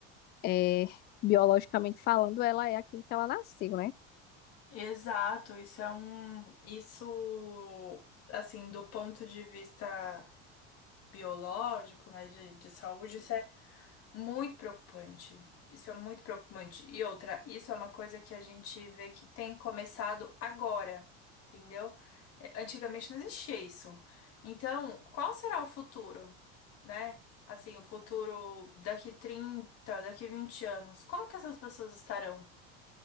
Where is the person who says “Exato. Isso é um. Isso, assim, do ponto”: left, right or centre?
Left